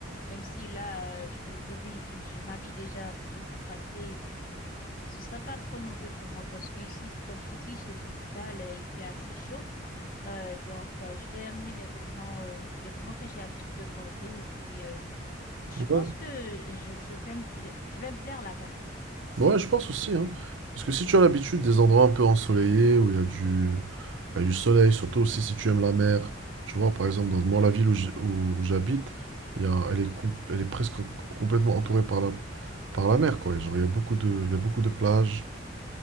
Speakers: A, on the left; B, on the right.
A: Même si là, euh, je me débille- je m'habille déjà décontractée et puis ce serait pas trop nouveau pour moi parce que ici, comme je te dis, c'est tropical, euh, il fait assez chaud. Euh, donc, euh, je vais amener mes vêtements, euh, les vêtements que j'ai l'habitude de porter et puis euh, je pense
B: Ouais,
A: que je, je vais me pla- je vais me plaire là-bas.
B: Ouais, je pense aussi, hein. Parce que si tu as l'habitude des endroits un peu ensoleillés où il y a du, bah, il y a du soleil, surtout aussi si tu aimes la mer, tu vois, par exemple, dans moi, la ville où j'- où j'habite, il y a, elle est, com- elle est presque complètement entourée par la, par la mer, quoi. Et Genre, il y a beaucoup de, il y a beaucoup de plages